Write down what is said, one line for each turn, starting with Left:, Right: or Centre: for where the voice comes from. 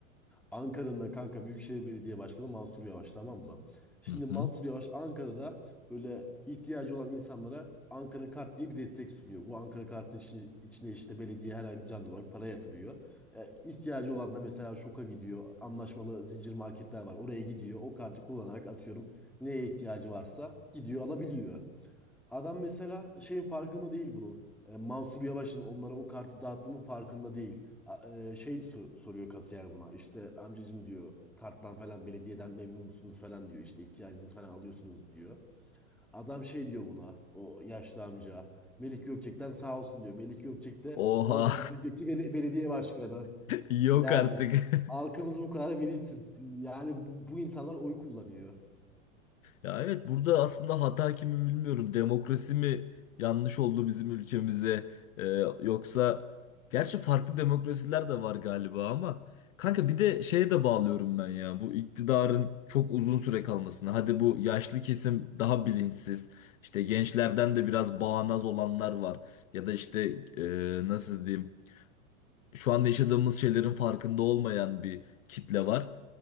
Centre: Ankara'nın kanka Büyükşehir Belediye Başkanı Mansur Yavaş tamam mı? Şimdi
Left: Hı
Centre: Mansur
Left: hı.
Centre: Yavaş Ankara'da böyle ihtiyacı olan insanlara Ankara Kart diye bir destek sunuyor. Bu Ankara Kart'ın içine, içine işte belediye her ay düzenli olarak para yatırıyor. E, ihtiyacı olan da mesela Şok'a gidiyor. Anlaşmalı zincir marketler var. Oraya gidiyor. O kartı kullanarak atıyorum neye ihtiyacı varsa gidiyor alabiliyor. Adam mesela şeyin farkında değil bunun. E, Mansur Yavaş'ın onlara o kartı dağıttığının farkında değil. A- e, şey so- soruyor kasiyer buna. İşte amcacım diyor karttan falan belediyeden memnun musunuz falan diyor. İşte ihtiyacınızı falan alıyorsunuz diyor. Adam şey diyor buna o yaşlı amca. Melik Gökçek'ten sağ olsun diyor. Melik Gökçek de
Left: Oha.
Centre: 10 sene önceki bel- belediye başkanı.
Left: <laughs> Yok
Centre: Yani
Left: artık.
Centre: halkımız bu kadar bilinçsiz. Yani bu, bu insanlar oy kullanıyor.
Left: Ya evet burada aslında hata kimi bilmiyorum. Demokrasi mi yanlış oldu bizim ülkemize? Ee, yoksa gerçi farklı demokrasiler de var galiba ama kanka bir de şeye de bağlıyorum ben ya. Bu iktidarın çok uzun süre kalmasına. Hadi bu yaşlı kesim daha bilinçsiz. İşte gençlerden de biraz bağnaz olanlar var. Ya da işte e, nasıl diyeyim? Şu anda yaşadığımız şeylerin farkında olmayan bir kitle var.